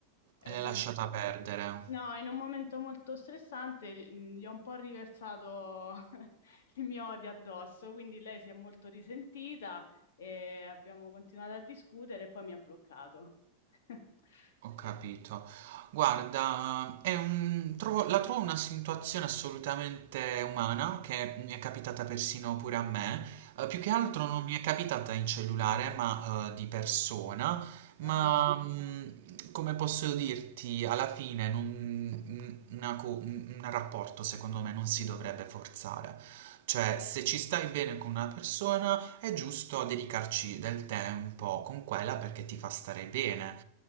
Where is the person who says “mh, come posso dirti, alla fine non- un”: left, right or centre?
Right